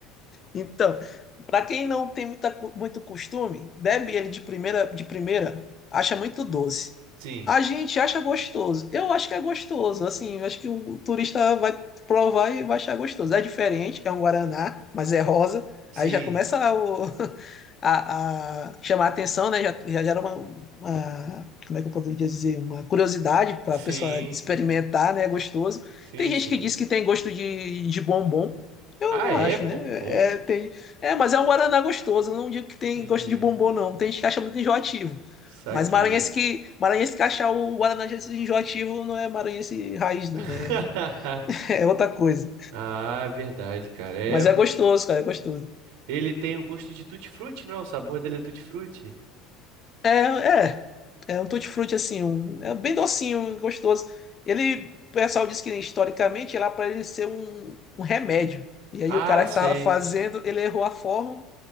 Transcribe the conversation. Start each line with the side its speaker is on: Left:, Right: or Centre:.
Left: Então, para quem não tem muita cu- muito costume, bebe ele de primeira, de primeira, acha muito doce.
Right: Sim,
Left: A gente acha gostoso. Eu acho que é gostoso. Assim, eu acho que o turista vai provar e vai achar gostoso. É diferente, é um guaraná, mas é rosa.
Right: sim,
Left: Aí já começa o- <laughs> a, a chamar a atenção, né? Já, já era uma, uma- como é que eu poderia dizer? Uma curiosidade para
Right: sim,
Left: a pessoa experimentar, né? É Gostoso.
Right: sim,
Left: Tem gente
Right: sim.
Left: que diz que tem gosto de, de bombom. Eu
Right: Ah,
Left: não
Right: é
Left: acho,
Right: bom,
Left: né?
Right: bom.
Left: É, tem... é, mas é um Guaraná gostoso. Eu não digo que tem
Right: Entendi.
Left: gosto de bombom, não. Tem gente que acha muito enjoativo.
Right: Saquei.
Left: Mas maranhense que, maranhense que achar o Guaraná de Jesus enjoativo não é maranhense raiz, não.
Right: <laughs>
Left: É, <laughs> é outra coisa.
Right: Ah, verdade, cara. É,
Left: Mas
Right: o-
Left: é gostoso, cara. É gostoso.
Right: ele tem o gosto de tutti-frutti, não é? O sabor dele é tutti-frutti.
Left: É, é. É um tutti-frutti, assim. Um... É bem docinho, gostoso. Ele, o pessoal diz que historicamente era para ele ser um, um remédio. E aí
Right: Ah,
Left: o cara
Right: sei.
Left: que tava fazendo, ele errou a forma